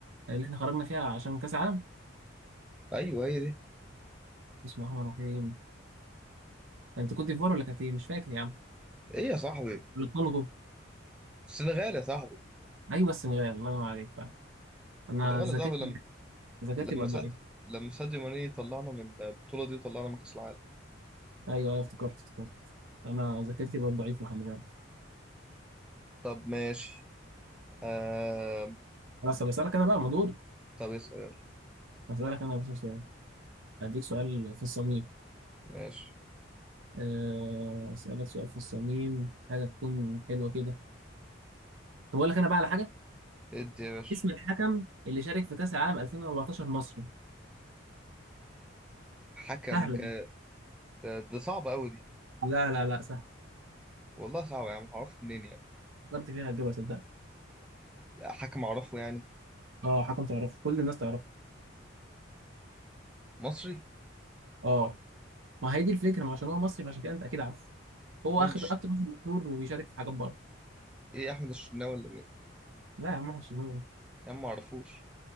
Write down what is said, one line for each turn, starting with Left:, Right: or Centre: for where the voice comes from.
Right: اللي احنا خرجنا فيها عشان كاس العالم
Centre: ايوه هي دي
Right: بسم الله الرحمن الرحيم انت كنت في فار ولا كانت ايه مش فاكر يا عم
Centre: ايه يا صاحبي
Right: الكونغو
Centre: السنغال يا صاحبي
Right: ايوه السنغال الله ينور عليك فعلا انا
Centre: السنغال
Right: ذاكرتي
Centre: يا صاحبي لما
Right: ذاكرتي بقت
Centre: لما سد
Right: ضعيفه
Centre: لما ساديو ماني طلعنا من البطولة دي وطلعنا من كأس العالم
Right: ايوه ايوه افتكرت افتكرت انا ذاكرتي بقت ضعيفه خلي بالك
Centre: طب ماشي آه...
Right: خلاص طب اسالك انا بقى مدور
Centre: طب اسأل يلا
Right: اسالك انا مش سؤال هديك سؤال في الصميم
Centre: ماشي
Right: آه، اسالك سؤال في الصميم حاجه تكون حلوه كده طب اقول لك انا بقى على حاجه
Centre: ادي يا باشا
Right: اسم الحكم اللي شارك في كاس العالم 2014 مصري
Centre: حكم
Right: سهله
Centre: كانت
Right: دي
Centre: ده صعبة قوي دي
Right: لا لا لا سهله
Centre: والله صعبة يا عم هعرفه منين يعني
Right: فكرت فيها هتجيبها صدقني
Centre: حكم اعرفه يعني
Right: اه حكم تعرفه كل الناس تعرفه
Centre: مصري
Right: اه ما هي دي الفكره ما عشان هو مصري فعشان كده انت اكيد عارف هو
Centre: مين
Right: اخد
Centre: ش...
Right: اكتر واحد مشهور وبيشارك في حاجات بره
Centre: ايه احمد الشناوي ولا
Right: لا يا عم مش مهم.
Centre: يا عم معرفوش